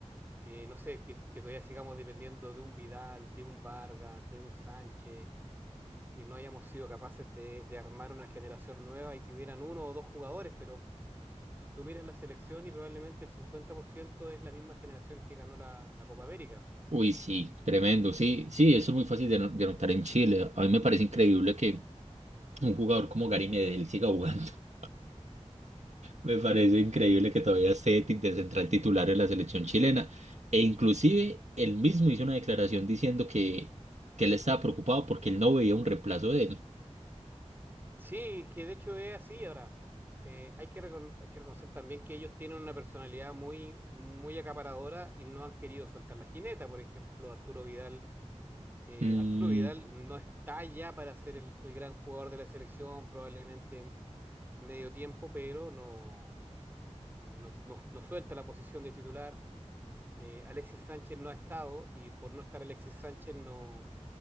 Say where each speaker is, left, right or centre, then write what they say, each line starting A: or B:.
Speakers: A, on the right (about 15°); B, on the right (about 75°).
A: Eh, no sé, que, que todavía sigamos dependiendo de un Vidal, de un Vargas, de un Sánchez, que no hayamos sido capaces de, de armar una generación nueva y que hubieran uno o dos jugadores, pero tú miras la selección y probablemente el 50% es la misma generación que ganó la, la Copa América.
B: Uy, sí, tremendo. Sí, sí, eso es muy fácil de, no- de notar en Chile. A mí me parece increíble que un jugador como Gary Medel siga jugando. <laughs> Me parece increíble que todavía esté ti- de central titular en la selección chilena. E inclusive él mismo hizo una declaración diciendo que, que él estaba preocupado porque él no veía un reemplazo de él.
A: Sí, que de hecho es así. Ahora, eh, hay que recon- hay que reconocer también que ellos tienen una personalidad muy, muy acaparadora y no han querido soltar la jineta. Por ejemplo, Arturo Vidal, eh,
B: Mm,
A: Arturo Vidal no está ya para ser el, el gran jugador de la selección, probablemente medio tiempo, pero no, no, no- no suelta la posición de titular. Eh, Alexis Sánchez no ha estado y por no estar Alexis Sánchez no